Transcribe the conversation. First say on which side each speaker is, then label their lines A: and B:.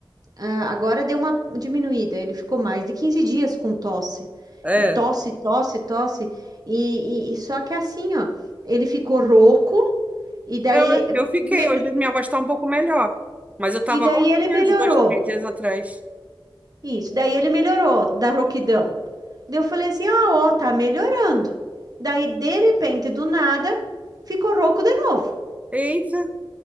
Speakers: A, on the right; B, on the right.
A: Ah, agora deu uma diminuída. Ele ficou mais de 15 dias com tosse.
B: É.
A: E tosse, tosse, tosse. E, e- e só que assim, ó, ele ficou rouco e daí,
B: Eu, eu fiquei,
A: me-
B: hoje minha voz está um pouco melhor. Mas eu tava
A: e daí
B: rouquinha
A: ele melhorou.
B: uns dois, três dias atrás.
A: Isso, daí ele melhorou da rouquidão. Daí eu falei assim: ah, ó, tá melhorando. Daí, de repente, do nada, ficou rouco de novo.
B: Eita,